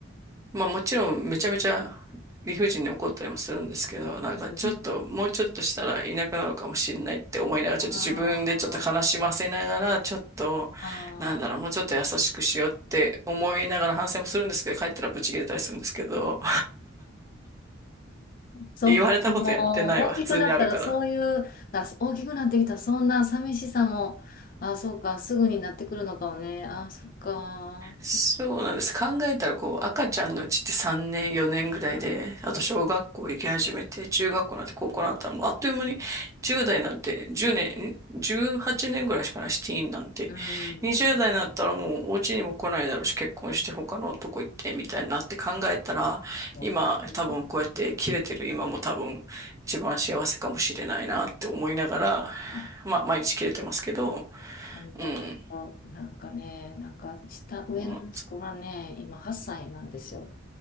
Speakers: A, on the right (about 15°); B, on the left (about 45°).
A: まあもちろんめちゃめちゃ理不尽に怒ったりもするんですけど、なんかちょっともうちょっとしたらいなくなるかもしれないって思いながら、
B: うん。
A: ちょっと自分でちょっと悲しませながら、
B: あ
A: ちょっと、
B: あ、
A: なんだろう、
B: ああ。
A: もうちょっと優しくしようって思いながら反省もするんですけど、<laughs> 帰ったらブチ切れたりするんですけど、<laughs>
B: そうか、
A: 言われたことやってないわ、
B: もう大きくなったらそういう、
A: 普通にあるから。
B: あ、大きくなってきたらそんな寂しさも、あ、そうか、すぐになってくるのかもね。あ、そっか、そっ
A: そうなんです。考えたら、こう、赤ちゃんのうちって3年、4年ぐらいで、
B: か。
A: あと小学校行き始めて、
B: うん、
A: 中学校なんて高校なんて、もうあっという間に、10代なんて1年、ん18年ぐらいしかないし、ティーンなんて。
B: うん、うん。
A: 20代になったらもうお家にも来ないだろうし、結婚して他の男行って、みたいになって考えたら、
B: そうか
A: 今、多分こうやって切れてる今も多分一番幸せかもしれないなって思いながら、
B: うん
A: まあ、毎日切れてますけど、
B: 本当、
A: うん。
B: なんかね、なんか下、上の息子がね、
A: うん、
B: 今8歳なんですよ。